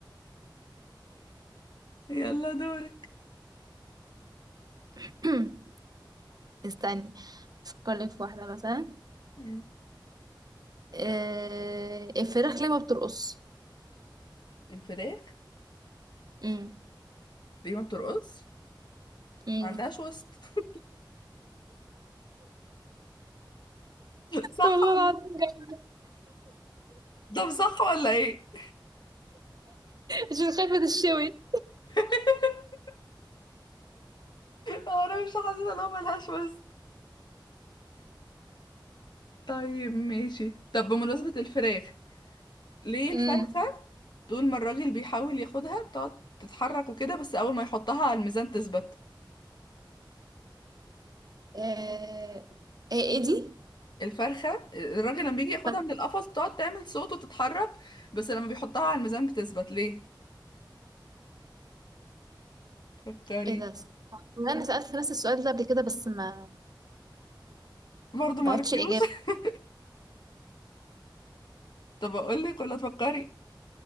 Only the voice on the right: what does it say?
<clears throat> استني افكر لك في واحده مثلا
آه... الفراخ ليه ما بترقص
امم
امم
والله العظيم
جميلة.
عشان خايفه تشوي
امم
آه... ايه إيه دي
طيب،
ايه ده والله انا سألت نفس السؤال ده قبل كده بس ما
ما
عرفتش
الإجابة